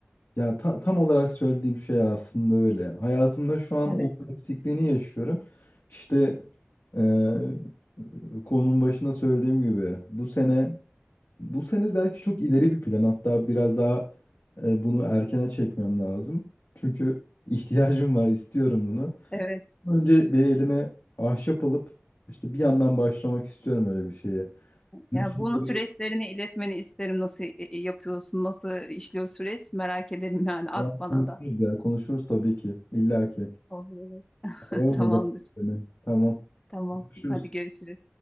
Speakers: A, on the left (about 80°); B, on the left (about 20°).
A: Ya ta- tam olarak söylediğim şey aslında öyle. Hayatımda şu an
B: Evet.
A: onun eksikliğini yaşıyorum. İşte eee konunun başında söylediğim gibi bu sene bu sene belki çok ileri bir plan. Hatta biraz daha e, bunu erkene çekmem lazım. Çünkü <laughs> ihtiyacım var, istiyorum bunu.
B: Evet.
A: Önce bir elime ahşap alıp işte bir yandan başlamak istiyorum öyle bir şeye. Biliyorsun
B: Ya bunu
A: da bir
B: süreçlerini iletmeni isterim. Nasıl e, e, yapıyorsun? Nasıl işliyor süreç? Merak ederim yani. At
A: konuşuruz
B: bana da.
A: ya. Konuşuruz tabii ki. İlla ki.
B: Olur olur. <laughs>
A: Ararım
B: Tamamdır.
A: o zaman seni. Tamam.
B: Tamam.
A: Görüşürüz.
B: Hadi görüşürüz.